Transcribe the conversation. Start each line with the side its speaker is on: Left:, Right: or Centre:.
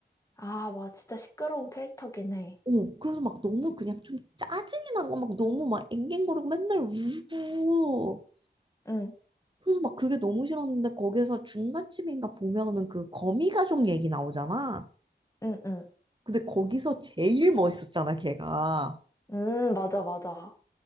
Left: 아, 맞아. 진짜 시끄러운 캐릭터긴 해.
Right: 어, 그래서 막 너무 그냥 좀 짜증이 난 거 막 너무 막 앵앵거리고 맨날 울고
Left: 응,
Right: 그래서 막 그게 너무 싫었는데 거기에서 중간쯤인가 보면은 그 거미 가족 얘기 나오잖아.
Left: 응, 응.
Right: 근데 거기서 제일 멋있었잖아, 걔가.
Left: 음, 맞아, 맞아.